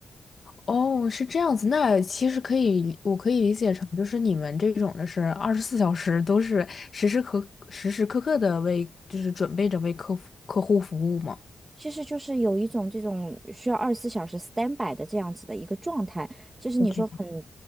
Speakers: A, on the left; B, on the right.
A: 哦，是这样子，那其实可以理我可以理解成就是你们这种的是二十四小时都是时时刻时时刻刻的为就是准备着为客服客户服务吗
B: 其实就是有一种这种需要二十四小时 standby 的这样子的一个状态，就是你说很
A: ？OK。